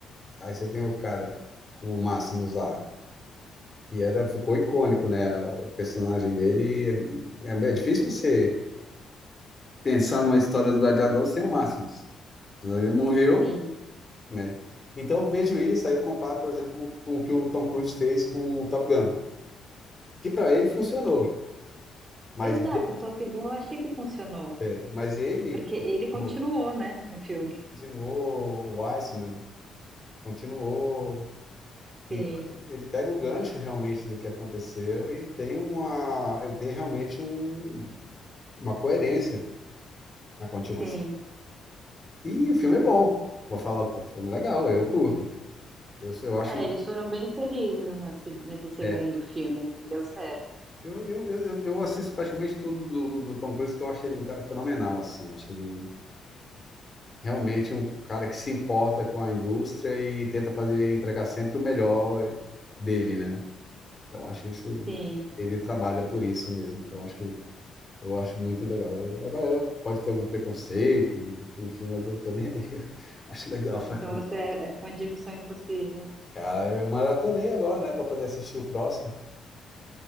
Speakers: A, on the left; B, on the right.
A: Aí você tem o cara com o Máximos lá, que era, ficou icônico, né? O personagem dele. É, é difícil você pensar numa história do Gladiador sem o Máximos. Ele morreu,
B: Sim.
A: né? Então eu vejo isso, aí eu comparo, por exemplo, com o que o Tom Cruise fez com o Top Gun. que para ele funcionou. Mas,
B: Exato, o Top Gun eu achei que funcionou.
A: é, mas ele
B: Porque ele continuou,
A: continuou,
B: né, no filme.
A: continuou, o Weissman continuou. Então,
B: Sim,
A: ele pega o gancho realmente do que aconteceu e tem uma, e tem realmente um, uma coerência na continuação.
B: sim.
A: E o filme é bom. Vou falar o quê? O filme é legal, eu curto. Eu, eu acho.
B: É, eles foram bem felizes nesse, nesse segundo
A: É,
B: filme, assim, deu certo.
A: eu, eu, eu, eu assisto praticamente tudo do, do, do Tom Cruise, que eu acho ele um cara fenomenal, assim. Eu acho ele realmente um cara que se importa com a indústria e tenta fazer entregar sempre o melhor dele, né? Então acho isso
B: Sim.
A: ele trabalha por isso mesmo. Então acho eu acho muito legal. A galera pode ter algum preconceito, enfim, mas eu não tô nem aí. <laughs> Acho legal pra
B: Então
A: caralho.
B: você é é fã de Missão Impossível.
A: cara. Eu maratonei agora, né, para poder assistir o próximo.